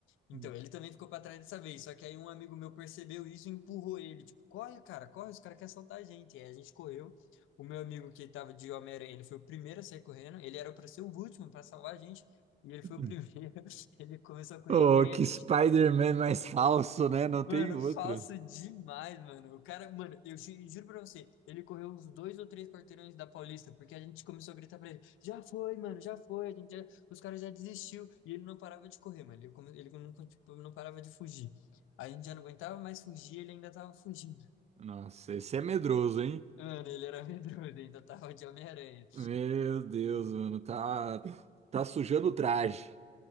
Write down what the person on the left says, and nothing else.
Então,
ele também ficou para trás dessa vez. Só que aí um amigo meu percebeu isso e empurrou ele. Tipo, corre, cara, corre, os caras querem assaltar a gente. Aí a gente correu. O meu amigo que estava de Homem-Aranha, ele foi o primeiro a sair correndo. Ele era para ser o último para salvar a gente. E ele foi
o primeiro. <laughs> Ele começou a correr.
E aí
a gente
Mano,
falso demais, mano. O cara, mano, eu ju- juro pra você, ele correu uns dois ou três quarteirões da Paulista, porque a gente começou a gritar pra ele: já foi, mano, já foi, a gente já, os caras já desistiu. E ele não parava de correr, mano. Ele, come- ele não, con- tipo, não parava de fugir. A gente já não aguentava mais fugir, ele ainda tava fugindo.
Mano, ele era <laughs> medroso, ele ainda tava de Homem-Aranha.